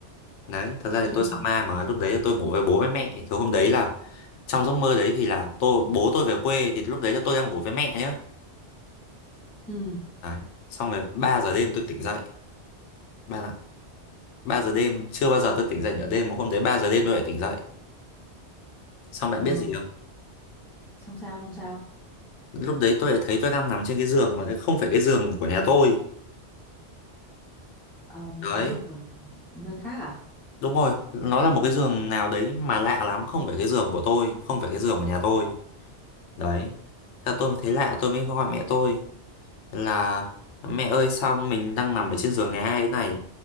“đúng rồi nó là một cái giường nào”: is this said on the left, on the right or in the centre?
Left